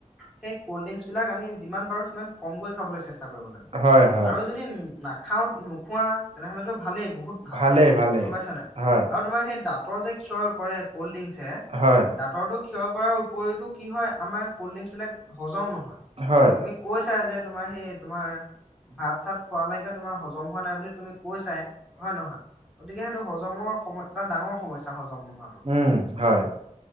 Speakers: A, in the centre; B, on the right.
A: সেই ক'ল্ড ড্ৰিংকচবিলাক আমি যিমান পাৰোঁ সিমান কম কৈ খাবলৈ চেষ্টা কৰিব লাগে
B: হয় হয়
A: আৰু যদি নাখাও নো- খোৱা তেনেহ'লেতো ভালেই বহুত ভাল
B: ভালেই
A: গম
B: ভালেই
A: পাইছা নাই
B: হয়
A: আৰু তোমাৰ সেই দাঁ- তৰ যে ক্ষয় কৰে কল্ড ড্ৰিংকছে
B: হয়
A: দাঁতৰটো ক্ষয় কৰাৰ উপৰিতো কি হয় আমাৰ কল্ড ড্ৰিংকছ বিলাক হজম নহয়
B: হয়
A: তুমি কৈ- চা যে তোমাৰ সেই তোমাৰ ভাত চাত খোৱালৈকে তোমাৰ হজম হোৱা নাই বুলি তুমি কৈ চাই হয় নহয় গতিকে সেইটো হজমৰ সময় এটা ডাঙৰ সমস্যা হজম নোহোৱাতো।
B: উম হয়।